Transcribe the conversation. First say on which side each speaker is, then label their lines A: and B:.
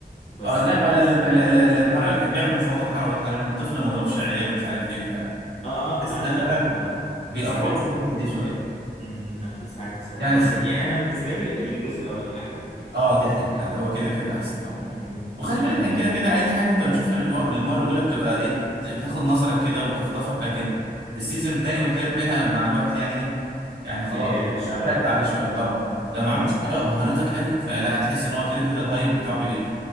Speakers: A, on the left (about 40°); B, on the right (about 90°).
A: بس
B: اه لا
A: آه،
B: ولا
A: بس
B: اللي في اللي اللي في مرة اللي كان بيعمل مفاوضات على على ان الطفل ما يضربش عياله ومش عارف ايه ف
A: اه اه
B: بس
A: ما انا
B: ان
A: لا
B: فعلا
A: لا هما
B: بيأفروا
A: في ساعات
B: في
A: صح
B: الحتة دي شوية
A: امم لا في ساعات بصراحه
B: يعني
A: بس
B: <laughs>
A: يعني انا بالنسبه لي الجزء الاولاني احلى بكتير
B: اه دي حقيقة لا ده هو كده كده احسن طبعا
A: امم الجزء
B: وخلي
A: الاولاني
B: بالك هي كده
A: احلى
B: كده اي حاجة انت بتشوفها للو... للمرة الاولى بتبقى ايه بت- بتاخد نظرك كده وتخطفك لكن السيزون التاني والتالت منها مع الوقت يعني ايه يعني
A: مم،
B: خلاص
A: بيقل شوية
B: اعتدت عليه شوية طبعا لو
A: أيوه
B: ما عملتش
A: أيوه
B: حاجة ابهرتك قوي فلا هتحس ان هو كده كده الهايب بتاعه بيقل